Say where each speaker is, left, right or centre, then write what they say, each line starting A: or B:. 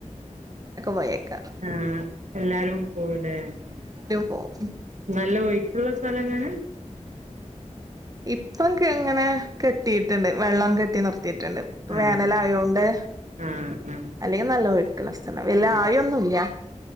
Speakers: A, on the right; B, on the right.
A: പൊയേക്ക്
B: ആ എല്ലാരും പോവു ലെ
A: പോം
B: നല്ല ഒയ്ക്ക്ള്ള സ്ഥലങ്ങാനാ
A: ഇപ്പം കെ ഇങ്ങനെ കെട്ടീട്ട്ണ്ട് വെള്ളം കെട്ടിനിർ ത്തിട്ടുണ്ട് ഇപ്പ
B: ആഹ്
A: വേനലായോണ്ട്
B: ആഹ് ആഹ്
A: അല്ലെങ്കി നല്ല ഒഴ് ക്ക് ഇള്ള സ്ഥലാ വല്ല്യ
B: ഏഹ്
A: ആയൊന്നും ഇല്ല്യ